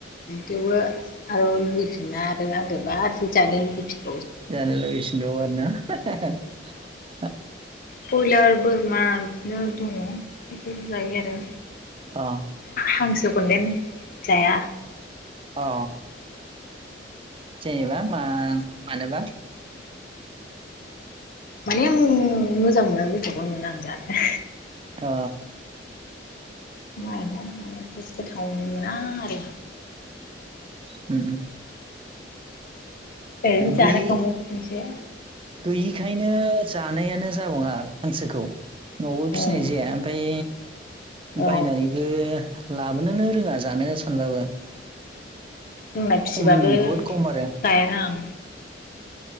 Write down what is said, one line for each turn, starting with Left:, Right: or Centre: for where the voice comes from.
Left: थेवबो आरो लुबैफिनोना आरो आंजोंबो आरो जानो लुबैफिनो
Right: जानो लुबैफिनबावो आरोना <unintelligible>
Left: बयलारबो बिमा बिदिनो दङ बेफोरखौ जायो आरो
Right: अ
Left: हांसोखौदेन जाया
Right: औ जेनेबा मा मानोबा
Left: माने आं मोजां मोना आं गोथाव'खौनो मोना आं जानो
Right: अ
Left: माने टेस्ट गोथाव मोना आरो
Right: अ
Left: ओरैनो जानायखांबाय
Right: गैयि
Left: खनसे
Right: गैयिखायनो जानायानो जाबाङा हांसोखौ न'आवबो
Left: उम
Right: फिसिनाय जाया ओमफ्राय
Left: औ
Right: बायनानैबो लाबोनोनो रोङा जानो सानबाबो
Left: जोंना फिसिबाबो
Right: खम बहुद खम आरो
Left: जायानो आं